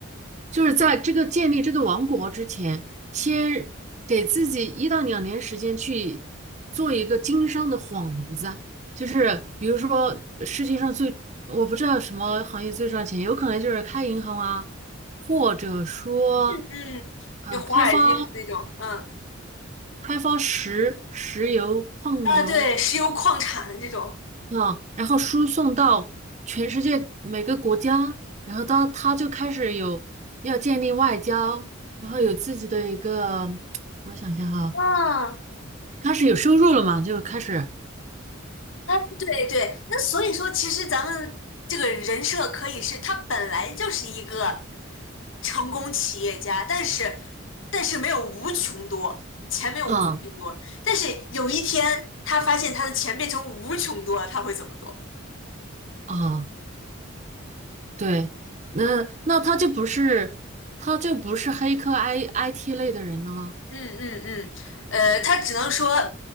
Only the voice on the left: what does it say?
嗯，
就华尔街的那种，嗯
啊，对，石油矿产的这种，
嗯，
哎，对对，那所以说，其实咱们这个人设可以是他本来就是一个成功企业家，但是但是没有无穷多，钱没有无穷多，
但是有一天他发现他的钱变成无穷多了，他会怎么做？
嗯嗯嗯，呃，他只能说